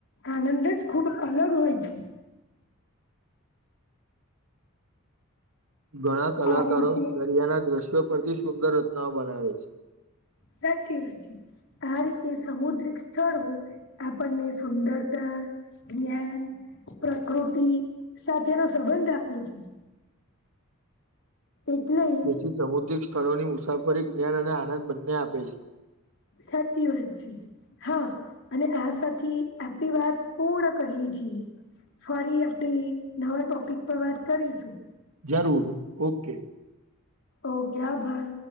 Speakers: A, on the left; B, on the right.
A: આનંદ જ ખુબ અલગ હોય છે.
B: ઘણા કલાકારો
A: આ રીતે
B: દરિયાના દ્રશ્યો પરથી સુંદર રચનાઓ બનાવે છે.
A: સાચી વાત છે. આ રીતે સમુદ્રિક સ્થળો આપણને સુંદરતા, જ્ઞાન, પ્રકૃતિ સાથેનો સંબંધ આપે છે. એટલે
B: તેથી
A: જ
B: સમુદ્રિક સ્થળોની મુસાફરી જ્ઞાન અને આનંદ બંને આપે છે.
A: સાચી વાત છે. હા અને આ સાથે આપડી વાત પૂર્ણ કરીએ છીએ. ફરી આપડી નવા ટોપિક પર વાત કરીશું.
B: જરૂર ઓકે
A: ઓકે આભાર